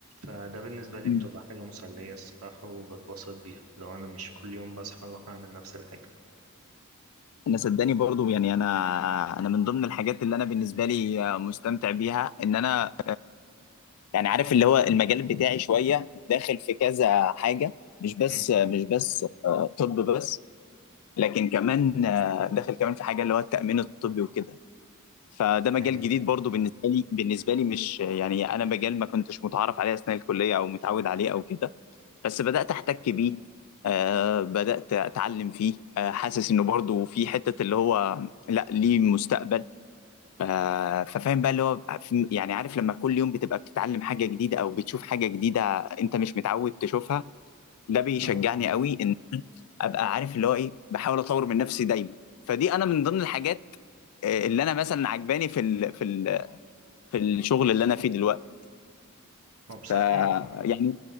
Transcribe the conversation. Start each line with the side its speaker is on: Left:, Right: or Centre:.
Right: فده بالنسبة لي
Left: امم.
Right: بتبقى حاجة مسلية الصراحة وبتبسط بيها لو أنا مش كل يوم بصحى أروح أعمل نفس الحاجة
Left: انا صدقني برضو يعني انا انا من ضمن الحاجات اللي انا بالنسبه لي آه، مستمتع بيها ان انا يعني عارف اللي هو المجال بتاعي شويه داخل في كذا حاجه مش بس
Right: مم.
Left: مش بس آه، طب بس لكن كمان آه، داخل كمان في حاجه اللي هو التامين الطبي وكده فده مجال
Right: أيوه
Left: جديد
Right: أيوة.
Left: برضو بالنسبه لي بالنسبه لي مش يعني انا مجال ما كنتش متعرف عليه اثناء الكليه او متعود عليه او كده بس بدأت احتك بيه آه بدأت اتعلم فيه آه حاسس انه برضو في حتة اللي هو لا ليه مستقبل آه ففاهم بقى اللي هو في- يعني عارف لما كل يوم بتبقى بتتعلم حاجة جديدة او بتشوف حاجة جديدة انت مش متعود تشوفها ده بيشجعني
Right: اه
Left: قوي ان ابقى عارف اللي هو ايه بحاول اطور من نفسي دايما فدي انا من ضمن الحاجات آه، اللي انا مثلا عجباني في ال في ال في الشغل اللي انا فيه دلوقتي
Right: هو بصراحة
Left: ف- يعني